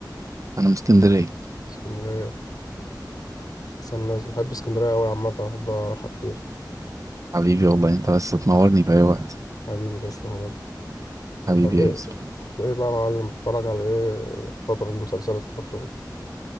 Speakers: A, on the right (about 45°); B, on the left (about 60°).
A: انا من اسكندريه
B: اسكندرية بس الناس بحب اسكندرية قوي عامة بحب اروحها كتير
A: حبيبي والله انت بس تنورني في اي وقت
B: حبيبي تسلم بجد
A: حبيبي
B: طب
A: يا
B: ايه
A: يوسف
B: ايه بقى يا معلم اتفرج على ايه الفترة دي مسلسلات الفترة دي